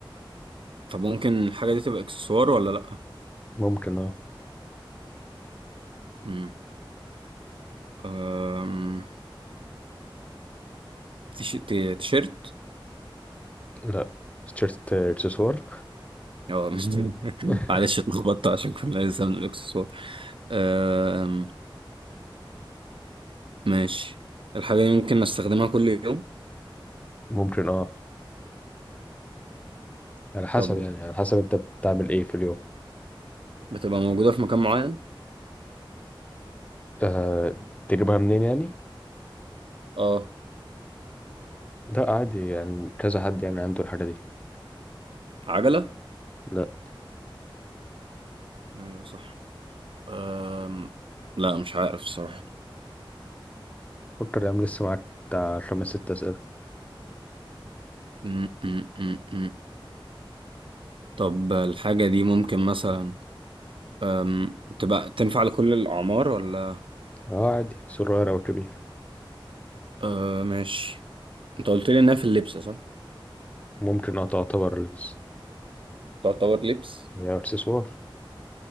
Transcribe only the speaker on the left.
ممكن اه
لا تيشيرت آه، اكسسوار
<laughs>
ممكن اه على حسب
يعني على حسب انت بتعمل ايه في اليوم
آه، تجيبها منين يعني
ده عادي يعني كذا حد يعني عنده الحاجة دي
لا
فكر يا عم لسه معاك بتاع خمس ست أسئلة
اه عادي صغير أو كبير
ممكن اه تعتبر لبس
هي إكسسوار